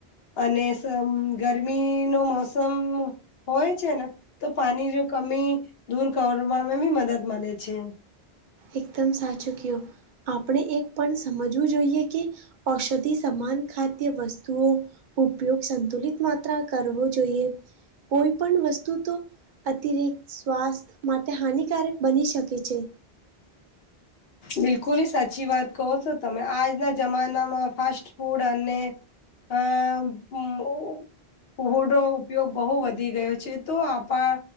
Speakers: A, on the left (about 70°); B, on the right (about 55°).
A: અને ગરમી નો મોસમ હોય છે ને તો પાણી જો કમી દૂર કરવામાં બી મદદ મળે છે.
B: એકદમ સાચું કયો આપણે એક પણ સમજવું જોઈએ કે ઔષધિ સમાન ખાદ્ય વસ્તુઓ ઉપયોગ સંતુલિત માત્ર કરવો જોઈએ કોઈ પણ વસ્તુ તો અતિરિક્ત સ્વાસ્થ્ય માટે હાનિકારક બની શકે છે.
A: બિલકુલ સાચી વાત કહો છો, તમે આજના જમાનામાં ફાસ્ટ ફૂડ અને હમ્મ કુહુ નો ઉપયોગ બહુ વધી ગયો છે, તો આપણા